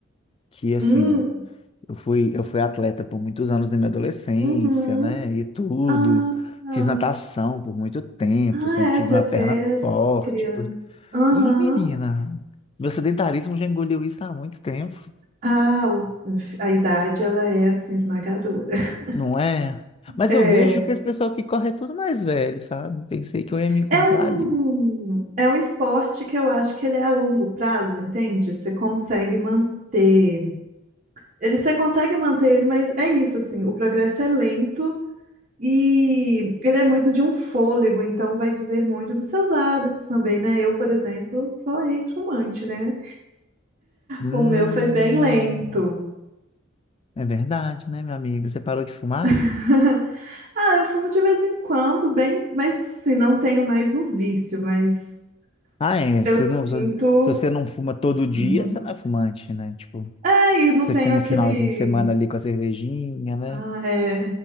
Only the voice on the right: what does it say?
Hum,
uhum.
Ah, não.
Ah,
é, você
fez
criança.
Aham.
Ah, o- a idade, ela é, assim, esmagadora. <laughs>
É,
é um,
é um esporte que eu acho que ele é a longo prazo, entende? Você consegue manter Ele você consegue manter ele, mas é isso, assim, o progresso é lento e ele é muito de um fôlego, então vai dizer muito dos seus hábitos também, né? Eu, por exemplo, sou ex-fumante, né?
O meu foi bem lento.
<laughs> Ah, eu fumo de vez em quando, bem, mas sim, não tenho mais o vício, mas
eu sinto.
<laughs>
É, e não
tenho
aquele
Ah, é.